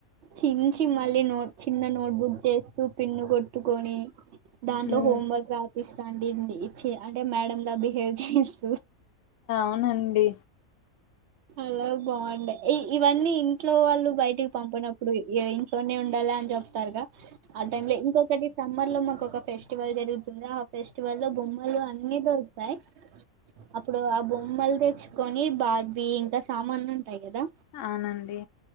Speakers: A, on the right; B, on the left.
A: చించి మళ్ళీ నో చిన్న నోట్బుక్ చేస్తూ పిన్ను కొట్టుకొని దాంట్లో
B: ఉమ్
A: హోమ్ వర్క్ రాపిస్తండి ఇచ్చి అంటే మేడమ్ గా బిహేవ్ చేస్
B: అవునండి
A: అలా బాగుండె ఇ ఇవన్నీ ఇంట్లో వాళ్ళు బయటికి పంపనప్పుడు ఇ ఇంట్లోనే ఉండాల అని చెప్తారుగా ఆ టైంలో ఇంకొకటి స మ్మర్లో మాకొక ఫెస్టివల్ జరుగుతుంది ఆ ఫెస్టివల్ లో బొమ్మలు అన్ని దొరుకుతాయ్ అప్పుడు ఆ బొమ్మలు తెచ్చుకొని బాబీ ఇంకా సామాన్లు ఉంటాయి కదా
B: అవునండి